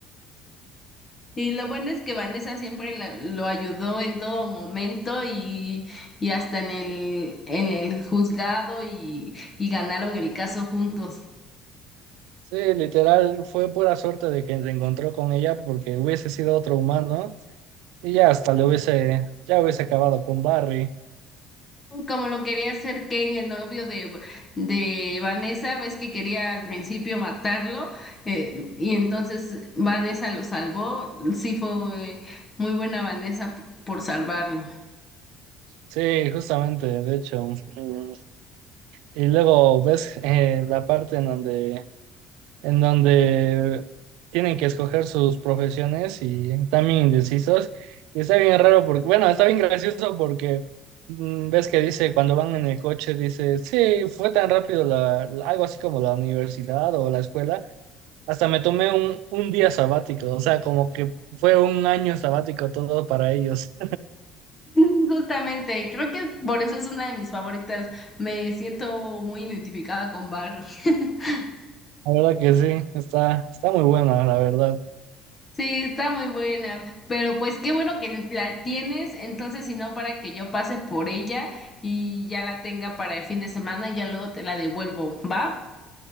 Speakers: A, on the left; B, on the right.
A: Y lo bueno es que Vanessa siempre la- lo ayudó en todo momento y, y hasta en el, en el juzgado y, y ganaron el caso juntos.
B: Sí, literal, fue pura suerte de que se encontró con ella porque hubiese sido otro humano Y ya hasta le hubiese, ya hubiese acabado con Barry.
A: Como lo quería hacer Ken, el novio de, de Vanessa, ves que quería al principio matarlo eh, y entonces Vanessa lo salvó. Sí fue muy buena Vanessa p- por salvarlo.
B: Sí, justamente, de hecho. Mm, Y luego ves eh, la parte en donde, en donde tienen que escoger sus profesiones y también indecisos. Y está bien raro porque, bueno, está bien gracioso porque mm, ves que dice, cuando van en el coche, dice, sí, fue tan rápido la, la- algo así como la universidad o la escuela. Hasta me tomé un, un día sabático, o sea, como que fue un año sabático todo para ellos.
A: <laughs> Justamente, creo que por eso es una de mis favoritas. Me siento muy identificada con Barry. <laughs>
B: La verdad que sí, está, está muy buena, la verdad.
A: Sí, está muy buena, pero pues qué bueno que la tienes, entonces si no para que yo pase por ella y ya la tenga para el fin de semana y ya luego te la devuelvo, ¿va?